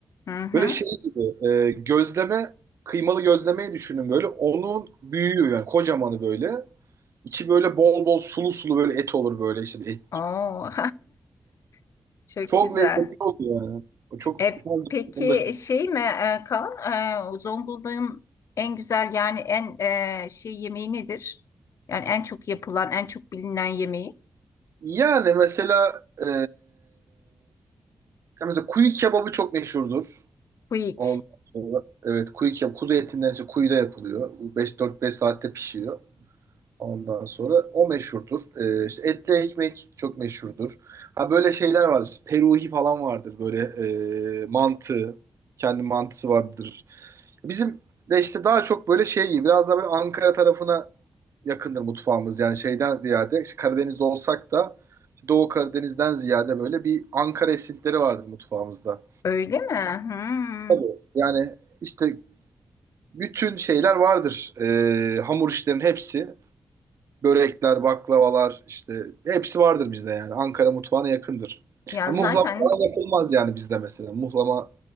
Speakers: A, on the left; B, on the right.
A: Hı hı.
B: Böyle şey gibi e, gözleme kıymalı gözlemeyi düşünün böyle. Onun büyüğü yani kocamanı böyle. İçi böyle bol bol sulu sulu böyle et olur böyle işte et.
A: Oo. <laughs> Çok
B: Çok
A: güzel.
B: lezzetli oluyor yani. O Çok
A: E,
B: şu an
A: peki
B: onu da-
A: şey mi e, Kaan? E, Zonguldak'ın en güzel yani en e, şey yemeği nedir? Yani en çok yapılan, en çok bilinen yemeği.
B: yani mesela e, ya mesela kuyu kebabı çok meşhurdur.
A: Quick.
B: Ondan sonra evet kuyu kebabı kuzu etinden ise kuyuda yapılıyor. 5 4 5 saatte pişiyor. Ondan sonra o meşhurdur. Ee, işte etli ekmek çok meşhurdur. Ha böyle şeyler vardır. Peruhi falan vardır. Böyle e, mantı. Kendi mantısı vardır. Bizim de işte daha çok böyle şey biraz daha böyle Ankara tarafına yakındır mutfağımız. Yani şeyden ziyade işte Karadeniz'de olsak da Doğu Karadeniz'den ziyade böyle bir Ankara esintileri vardır mutfağımızda.
A: Öyle mi? Hmm.
B: Tabii. Yani işte bütün şeyler vardır. Ee, hamur işlerin hepsi. Börekler, baklavalar işte hepsi vardır bizde yani. Ankara mutfağına yakındır.
A: Ya
B: Ha, muhlama
A: zaten
B: falan yapılmaz yani bizde mesela. Muhlama